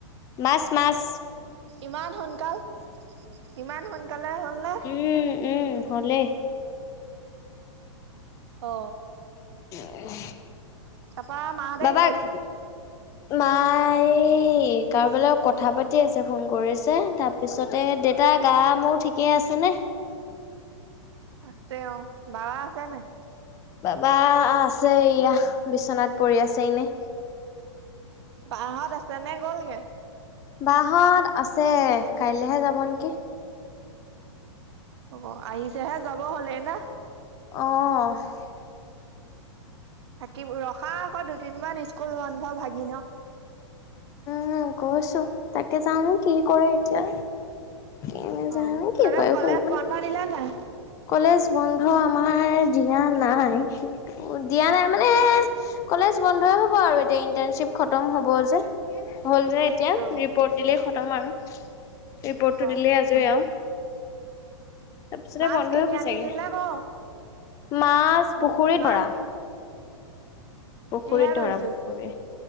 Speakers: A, on the left (about 20°); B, on the right (about 60°).
A: মাছ মাছ,
B: ইমান সোনকাল ইমান সোনকালে হ'ল নে।
A: উম উম হ'লেই,
B: অ
A: <unintelligible>
B: তাৰপৰা মাহঁতে
A: বাবাক
B: কি কৰিছে।
A: মাই কাৰোবালে কথা পাতি আছে ফোন কৰিছে তা তাৰ পিছতে দেউতা গা মোৰ ঠিকে আছেনে।
B: আছে অ বা আছে নাই।
A: বা আছে ইয়া বিশনাত পৰি আছে ইনেই,
B: বাহত আছে নে গ'লগে।
A: বাহত আছে কাইলেহে যাব নেকি।
B: অ আহিছেহে যাব হলে নে।
A: অ
B: কি ৰখা আকৌ দুদিনমান স্কুল বন্ধ ভাগি ন,
A: উম, গৈছো তাকে জানো কি কৰে এতিয়া। এনে
B: অ
A: যান নে
B: তহঁতৰ
A: কি কৰা
B: কলেজ
A: কৰিব।
B: বন্ধ দিলে নাই
A: কলেজ বন্ধ আমাৰ দিয়া নাই কিন্তু দিয়া নাই মানে কলেজ কলেজ বন্ধয়ে হব আৰু এতিয়া, ইণ্টাৰ্ণশিপ খতম হ'ব যে। হ'ল যে এতিয়া
B: অ
A: ৰিপৰ্ট দিলেই খতম আৰু, ৰিপৰ্টটো
B: অ
A: দিলেই আজৰি আৰু। তাৰপিছতে
B: মাছ
A: বন্ধ
B: কিনি
A: হৈ হ'ব
B: আনিছিল
A: চাগে
B: নে <unintelligible>
A: মাছ
B: উম
A: পুখুৰীত
B: মাছ
A: ধৰা পুখুৰীত
B: কিহে ধৰিছো
A: ধৰা পুখুৰী।